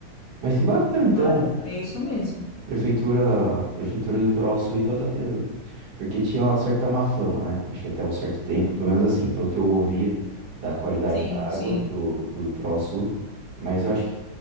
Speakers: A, on the right (about 70°); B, on the left (about 65°).
A: Mas que bacana, então,
B: Claro, é isso mesmo.
A: prefeitura, prefeitura do Litoral Sul, então tá tendo. Porque tinha uma certa má fama, né? Acho que até um certo tempo, pelo menos assim, pelo que eu ouvia da qualidade
B: Sim,
A: da
B: sim.
A: água do, do Litoral Sul. Mas eu acho que